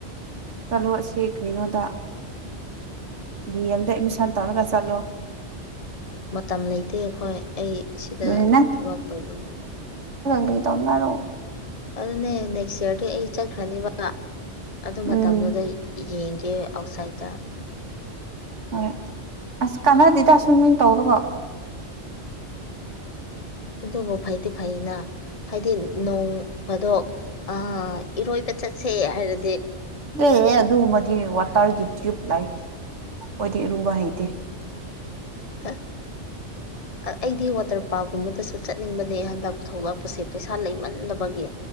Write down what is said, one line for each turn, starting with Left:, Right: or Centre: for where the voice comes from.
Right: ꯆꯠꯂꯣ ꯑꯁꯤ ꯀꯩꯅꯣꯗ ꯗꯤ ꯑꯦꯝꯗ ꯑꯦꯠꯃꯤꯁꯟ ꯇꯧꯔꯒ ꯆꯠꯂꯣ
Left: ꯃꯇꯝ ꯂꯩꯇꯦ ꯑꯩꯈꯣꯏ ꯑꯩ ꯁꯤꯗ
Right: ꯑꯗꯨꯅꯦ
Left: ꯊꯕꯛ ꯇꯧꯕꯅꯤꯅ
Right: ꯀꯦ ꯇꯧꯅꯔꯣ
Left: ꯑꯗꯨꯅꯦ ꯅꯦꯛꯁ ꯏꯌꯥꯔꯗꯤ ꯑꯩ ꯆꯠꯈ꯭ꯔꯅꯤꯕ ꯑꯗꯨ ꯃꯇꯝꯗꯨꯗ
Right: ꯎꯝ
Left: ꯌꯦꯡꯒꯦ ꯑꯥꯎꯠꯁꯥꯏꯗꯇ
Right: ꯍꯣꯏ ꯑꯁ ꯀꯥꯟꯅꯗꯦꯗ ꯁ꯭ꯋꯤꯃꯤꯡ ꯇꯧꯔꯒ
Left: ꯑꯗꯨꯕꯨ ꯐꯩꯗꯤ ꯐꯩꯩꯅ ꯍꯥꯏꯗꯤ ꯅꯣꯡꯐꯗꯣꯛ ꯑꯥ ꯏꯔꯣꯏꯕ ꯆꯠꯁꯦ ꯍꯥꯏꯔ
Right: ꯑꯦ ꯑꯦ ꯑꯗꯨꯨꯝꯕꯗꯤ
Left: ꯅꯨꯡꯉꯥꯏꯅ
Right: ꯋꯥꯇꯔꯒꯤ ꯇ꯭ꯌꯨꯞ ꯂꯩ ꯑꯣꯏꯗꯤ ꯏꯔꯨꯕ ꯍꯩꯇꯦ
Left: ꯍꯥ ꯑꯩꯗꯤ ꯋꯥꯇꯔ ꯄꯥꯔꯛꯀꯨꯝꯕꯗꯁꯨ ꯆꯠꯅꯤꯡꯕꯅꯦ ꯍꯟꯗꯛ ꯊꯣꯛꯂꯛꯄꯁꯦ ꯄꯩꯁꯥ ꯂꯩꯃꯟꯗꯕꯒꯤ